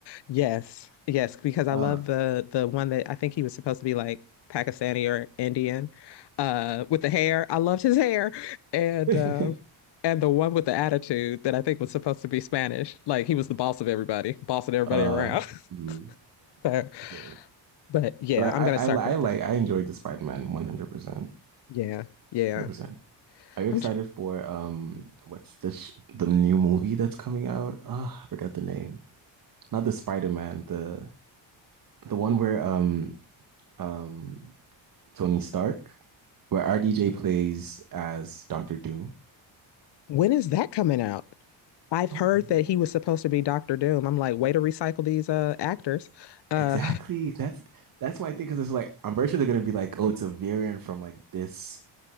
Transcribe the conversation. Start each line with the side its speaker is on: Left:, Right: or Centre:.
Left: yes, yes, because I
Right: Uh,
Left: love the the one that I think he was supposed to be like Pakistani or Indian, uh, with the hair. I loved his hair. And
Right: <laughs>
Left: uh, and the one with the attitude that I think was supposed to be Spanish. Like he was the boss of everybody, bossing everybody
Right: uh,
Left: around. <laughs>
Right: mm,
Left: So,
Right: fair.
Left: but yeah,
Right: But
Left: I'm
Right: I,
Left: gonna
Right: I,
Left: start
Right: I, li-
Left: collecting.
Right: I like, I enjoyed the Spider-Man 100%.
Left: Yeah, yeah.
Right: 100%. Are you excited
Left: I'm tr-
Right: for, um, what's the, sh the new movie that's coming out? Ah, I forgot the name. Not the Spider-Man, the, The one where um um Tony Stark, where RDJ plays as Doctor Doom.
Left: when is that coming out? I've
Right: I don't
Left: heard that
Right: know.
Left: he was supposed to be Doctor Doom. I'm like, way to recycle these uh actors. Uh
Right: Exactly. That's that's my thing because it's like I'm very sure they're gonna be like, oh, it's a variant from like this,